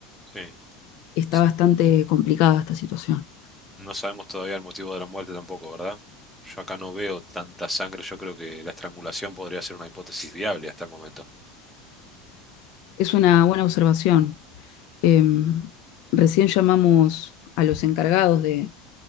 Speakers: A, in the centre; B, on the left.
A: sí,
B: Está
A: sí.
B: bastante complicada esta situación.
A: No sabemos todavía el motivo de la muerte tampoco, ¿verdad? Yo acá no veo tanta sangre, yo creo que la estrangulación podría ser una hipótesis viable hasta el momento.
B: Es una buena observación. Eh, recién llamamos a los encargados de,